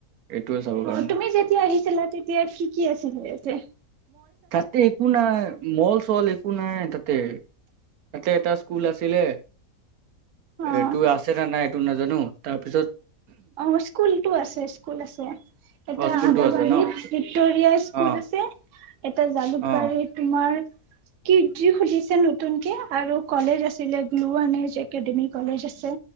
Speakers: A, on the right (about 80°); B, on the right (about 65°).
A: এইটোয়ে চাবৰ কাৰণে
B: অঁ তুমি যেতিয়া আহিছিলা তেতিয়া কি কি আছিলে যে
A: তাতে একো নাই মল চল একো নাই তাতে তাতে এটা স্কুল আছিলে।
B: অ',
A: এইটো আছে নে নাই নাজানো তাৰ পিছত
B: অঁ স্কুলতটো আছে স্কুল আছে এটা
A: অ স্কুলটো
B: আদাবাৰীত
A: আছে ন
B: ভিক্টৰিয়া স্কুল
A: অ',
B: আছে। এটা জালুকবাৰী
A: অ',
B: তোমাৰ আমাৰ পি জি খুজিছে নতুন কে আৰু কলেজ আছিলে গ্লু আনজ একাডেমি কলেজ আছে।